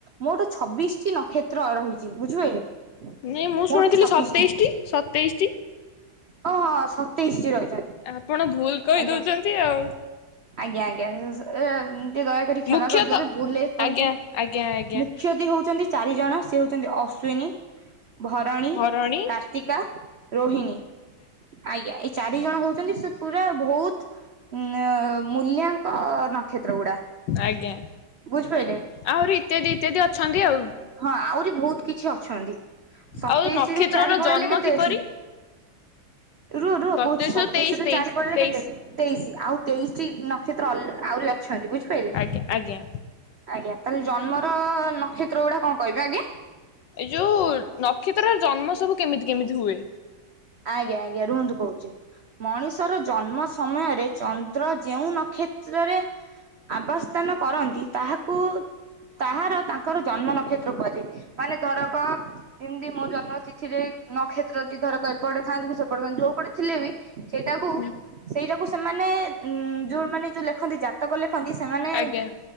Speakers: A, on the right; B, on the left.
A: ମୋଟ ଛବିଶଟି ନକ୍ଷତ୍ର ରହିଛି ବୁଝିପାରିଲେ।
B: ନାଇଁ ମୁଁ
A: ମୋଟ
B: ଶୁଣିଥିଲି
A: ଛବିଶଟି
B: ସତେଇଶ ଟି ସତେଇଶ ଟି।
A: ହଁ ହଁ ସତେଇଶଟି ରହିଛନ୍ତି।
B: ଆପଣ ଭୁଲ କହିଦଉଛନ୍ତି
A: ଆଜ୍ଞା
B: ଆଉ।
A: ଆଜ୍ଞା ଆଜ୍ଞା ସ ସ ଏ ଟିକେ ଦୟାକରି କ୍ଷମା
B: ମୁଖ୍ୟତଃ
A: କରିଦେବେ ଭୁଲରେ କହିଦେଲି
B: ଆଜ୍ଞା ଆଜ୍ଞା ଆଜ୍ଞା
A: ମୁଖ୍ୟତି ହଉଛନ୍ତି ଚାରିଜଣ ସେ ହେଉଛନ୍ତି ଅଶ୍ୱିନୀ ଭରଣୀ,
B: ଭରଣୀ
A: କାର୍ତ୍ତିକା, ରୋହିଣୀ। ଆଜ୍ଞା। ଏଇ ଚାରି ଜଣ ହଉଛନ୍ତି ସେ ପୁରା ବହୁତ ଉଁ ମୂଲ୍ୟାଙ୍କ ନକ୍ଷତ୍ର ଗୁଡା
B: ଆଜ୍ଞା
A: ବୁଝିପାରିଲେ?
B: ଆହୁରି ଇତ୍ୟାଦି ଇତ୍ୟାଦି ଅଛନ୍ତି ଆଉ।
A: ହଁ ଆହୁରି ବହୁତ କିଛି ଅଛନ୍ତି। ସତେଇଶି
B: ଆଉ ନକ୍ଷତ୍ରର
A: ରୁ ଚାରି ପଳେଇଲେ
B: ଜନ୍ମ
A: କେତେ
B: କିପରି
A: ଅଛି? ରୁହ ରୁହ
B: ସତେଇଶରୁ
A: କହୁଛି ସତେଇଶି
B: ତେଇଶ
A: ରୁ
B: ତେଇଶ
A: ଚାରି ପଳେଇଲେ
B: ତେଇଶ।
A: କେତେ ତେଇଶି। ଆଉ ତେଇଶଟି ନ ନକ୍ଷତ୍ର ଆହୁରି ଅଛନ୍ତି ବୁଝିପାରିଲେ?
B: ଆଜ୍ଞା ଆଜ୍ଞା।
A: ଆଜ୍ଞା ତାହେଲେ ଜନ୍ମର ନକ୍ଷତ୍ର ଗୁଡା କଣ କହିବେ? ଆଜ୍ଞା।
B: ଏଇ ଯୋଉ ନକ୍ଷତ୍ରର ଜନ୍ମ ସବୁ କେମିତି କେମିତି ହୁଏ?
A: ଆଜ୍ଞା ଆଜ୍ଞା। ରୁହନ୍ତୁ କହୁଛି ମଣିଷର ଜନ୍ମ ସମୟରେ ଚନ୍ଦ୍ର ଯେଉ ନକ୍ଷତ୍ରରେ ଆବାସ୍ଥାନ କରନ୍ତି ତାହାକୁ ତାହାର ତାଙ୍କର ଜନ୍ମ ନକ୍ଷତ୍ର କୁହାଯାଏ। ମାନେ ଧରକ ଏମିତି ମୋ ଜନ୍ମ ତିଥିରେ ନକ୍ଷତ୍ର ଅଛି ଧର କହିବ ଏପଡେ ଥାନ୍ତୁ କି ସେପଡେ ଥାନ୍ତୁ ଯୋଉ ପଟେ ଥିଲେ ବି ସେଇଟାକୁ
B: ହୁଁ।
A: ସେଇଟାକୁ ସେମାନେ ଯୋଉମୋନେ ଯୋଉ ଲେଖନ୍ତି ଜାତକ ଲେଖନ୍ତି ସେମାନେ
B: ଆଜ୍ଞା